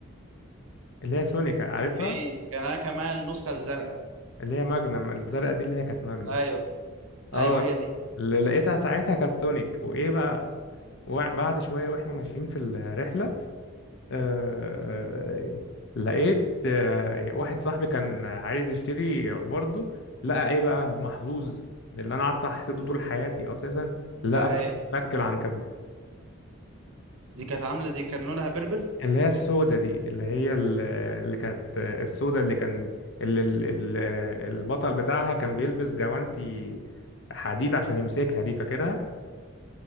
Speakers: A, on the left; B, on the right.
A: اللي هي سونيك عارفها
B: كان في كان انا كمان النسخه الزرقاء
A: اللي هي ماجنم الزرقاء دي اللي هي كانت ماجنم
B: ايوه
A: اه
B: ايوه هي دي
A: اللي لقيتها ساعتها كانت سونيك وإيه بقى وبعد شوية وإحنا ماشيين في الرحلة آه، آه، لقيت آه، واحد صاحبي كان عايز يشتري برضه لقى ايه بقى المحظوظ اللي انا قعدت احسده
B: قول.
A: طول حياتي اساسا لقى
B: لا
A: آه. فك,
B: ايه
A: فك العنكبوت
B: دي كانت عامله دي كان لونها بيربل
A: اللي هي السودة دي اللي هي ال- اللي كانت السودة اللي كان اللي ال- ال- البطل بتاعها كان بيلبس جوانتي حديد عشان يمسكها دي فاكرها